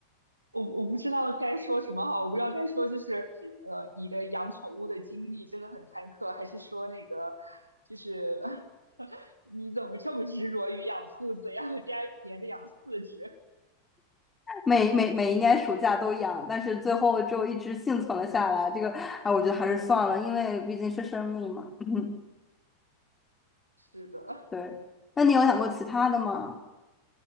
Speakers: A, on the right; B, on the left.
A: 我我不知道该说什么好，我不知道该说就是呃，你的养宠物的经历真的很坎坷，还是说那个就是 <laughs> 你怎么这么执着于养兔子呀？<laughs> 我家连着养四只。
B: 每每每一年暑假都养，但是最后就一直幸存了下来。这个，啊，我觉得还是算了，因为毕竟是生命嘛。<laughs> 嗯，
A: 是的，
B: 对。那你有养过其他的吗？